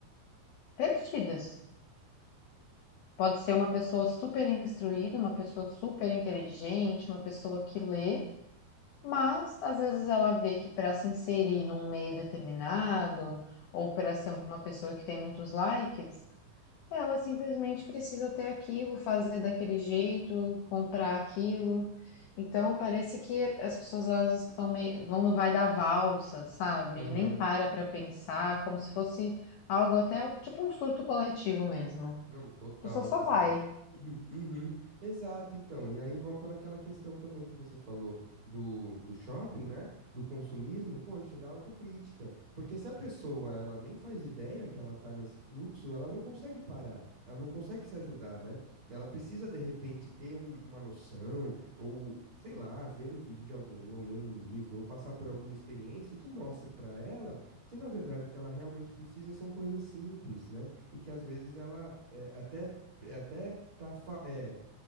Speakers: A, on the left (about 75°); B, on the right (about 40°).
A: perdidas. Pode ser uma pessoa super instruída, uma pessoa super inteligente, uma pessoa que lê. Mas às vezes ela vê que para se inserir num meio determinado ou para ser uma pessoa que tem muitos likes, ela simplesmente precisa ter aquilo, fazer daquele jeito, comprar aquilo. Então parece que as pessoas elas estão meio, vão no vai da valsa, sabe?
B: Aham.
A: Nem para para pensar, como se fosse algo até tipo um surto coletivo mesmo.
B: Não, total,
A: A pessoa só
B: cara.
A: vai.
B: Uhum, uhum. Exato, então. E aí volta naquela questão também que você falou do, do shopping, né? Do consumismo, poxa, da autocrítica. Porque se a pessoa, ela nem faz ideia que ela tá nesse fluxo, ela não consegue parar, ela não consegue se ajudar, né? Ela precisa, de repente, ter um- uma noção, ou, sei lá, ver um vídeo de alguém, ou ler um livro, ou passar por alguma experiência que mostre pra ela que, na verdade, o que ela realmente precisa são coisas simples, né? E que às vezes ela é, até é, até tá é,